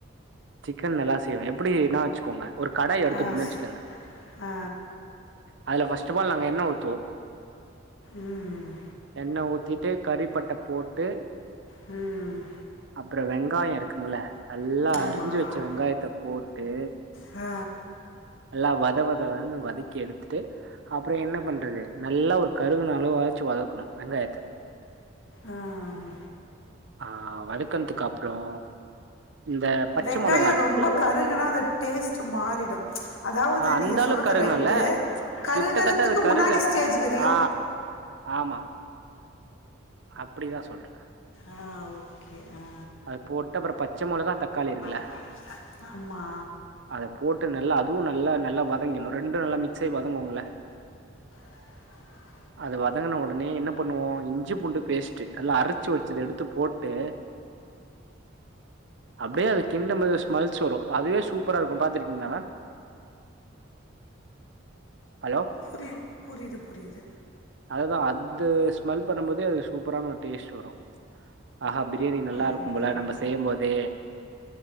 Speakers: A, on the right (about 65°); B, on the left (about 85°).
A: சிக்கன் நல்லா செய்வே எப்புடின்னா வச்சுக்கோங்க ஒரு கடாய் எடுத்துட்னு
B: ஆ ஸ்
A: வச்சுக்கங்க
B: ஆ
A: அதுல ஃபஸ்ட் அஃப் ஆல் நாங்க எண்ண ஊத்துவோ
B: ம்
A: எண்ண ஊத்திட்டு கறி பட்ட போட்டு
B: ம்
A: அப்றொ வெங்காய இருக்குங்கல நல்லா
B: ஆமாம்
A: அரிஞ்சு வச்ச வெங்காயத்த போட்டு
B: ஆ
A: நல்லா வத வத வதன் வதக்கி எடுத்துட்டு அப்றொ என்ன பண்றது நல்லா ஒரு கருகுன அளவாச்சு வதக்கனு வெங்காயத்த
B: அ ம்
A: ஆ வதக்கன்த்துக்கப்றோ இந்த பச்ச
B: வெங்காயோ
A: மொளகா இருக்குங்கள
B: ரொம்ப கருகுனா அது டேஸ்ட்டு மாறிடு அதாவது
A: ஆ அந்த
B: நீங்க
A: அளவுக்கு
B: சொல்றது
A: கருகணுல்ல
B: ரைட்டு கருகுறத்துக்கு
A: கிட்டத்தட்ட அது கருக
B: முன்னாடி ஸ்டேஜ் வரையு
A: ஆ, ஆமா அப்டிதா சொல்றே
B: ஆ ஓகே ஆ
A: அது போட்டு அப்புறம் பச்சை மொளகா, தக்காளி இருக்குல்ல,
B: ஆ ஆமா
A: அத போட்டு நல்லா அதுவு நல்லா நல்லா வதங்கிணு ரெண்டு நல்லா மிக்ஸ் ஆயி வதங்குங்கள
B: <unintelligible>
A: அது வதங்கின ஒடனே என்ன பண்ணுவோ இஞ்சி பூண்டு பேஸ்ட்டு நல்லா அரச்சு வச்சத எடுத்து போட்டு அப்டியே அது கிண்ட போது ஸ்மெல்சு வரு அதுவே சூப்பரா இருக்கு பாத்துருக்கீங்களா மேம் ஹலோ
B: புரியு புரிது புரிது
A: அதுதா அந்து ஸ்மெல் பண்ணுபோதே அது சூப்பரான ஒரு டேஸ்ட் வரு ஆ ஹா பிரியாணி நல்லா
B: ஆமா
A: இருக்கும் போல
B: ஆமா
A: நம்ம செய்ய போதே